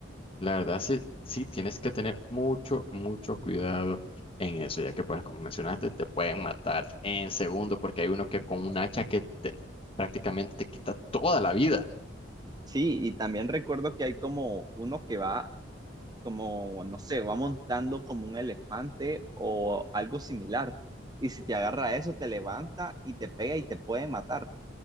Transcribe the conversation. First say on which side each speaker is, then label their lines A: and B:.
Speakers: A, on the left; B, on the right.
A: La verdad sí, sí tienes que tener mucho, mucho cuidado en eso, ya que pues como mencionaste, te pueden matar en segundo porque hay uno que con un hacha que te, prácticamente te quita toda la vida.
B: Sí, y también recuerdo que hay como uno que va, como, no sé, va montando como un elefante o algo similar. Y si te agarra eso, te levanta y te pega y te puede matar.